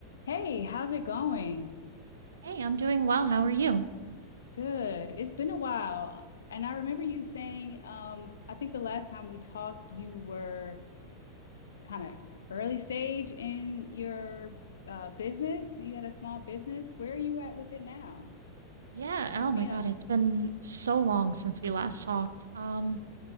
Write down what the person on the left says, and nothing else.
Hey, how's it going?
Good. It's been a while. And I remember you saying, um, I think the last time we talked, you were kind of early stage in your uh, business. You had a small business. Where are you at with it now?
Catch
me
up.